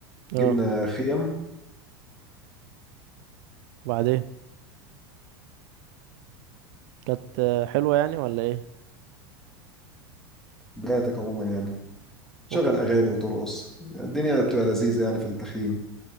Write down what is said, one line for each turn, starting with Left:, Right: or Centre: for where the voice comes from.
Centre: جبنا
Right: اه
Centre: خيم
Right: وبعدين كانت آه، حلوة يعني ولا ايه
Centre: بياتك عموما يعني تشغل
Right: وكانت
Centre: أغاني وترقص الدنيا بتبقى لذيذة يعني في التخييم